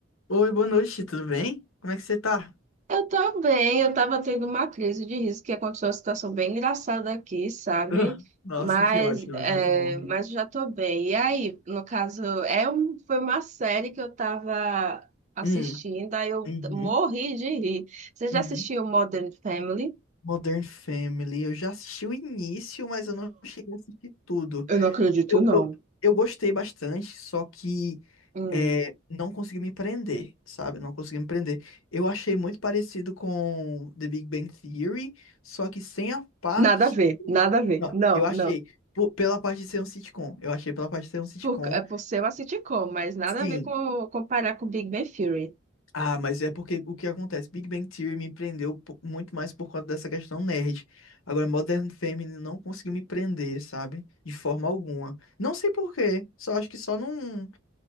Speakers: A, on the left; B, on the right.
A: Oi, boa noite, tudo bem? Como é que você tá?
B: Eu tô bem, eu tava tendo uma crise de riso que aconteceu uma situação bem engraçada aqui, sabe?
A: <laughs> Nossa,
B: Mas,
A: que ótimo,
B: é,
A: é muito bom. rir.
B: mas já tô bem. E aí, no caso, é um, foi uma série que eu tava assistindo,
A: Hum,
B: aí eu
A: uhum,
B: morri de rir. Você já
A: uhum.
B: assistiu Modern Family?
A: Modern Family, eu já assisti o início, mas eu não cheguei a assistir tudo.
B: Eu não acredito,
A: Eu,
B: não.
A: eu, eu gostei bastante, só que
B: Hum,
A: é, não consegui me prender, sabe? Não consegui me prender. Eu achei muito parecido com The Big Bang Theory, só que sem a parte.
B: nada a ver, nada a ver.
A: Não,
B: Não,
A: eu achei
B: não.
A: po- pela parte de ser um sitcom. Eu achei pela parte de ser um sitcom.
B: Por, é por ser uma sitcom, mas nada
A: Sim,
B: a ver com comparar com Big Bang Theory.
A: Ah, mas é porque o que acontece? Big Bang Theory me prendeu po- muito mais por conta dessa questão nerd. Agora, Modern Family não conseguiu me prender, sabe? De forma alguma. Não sei por quê. Só acho que só não.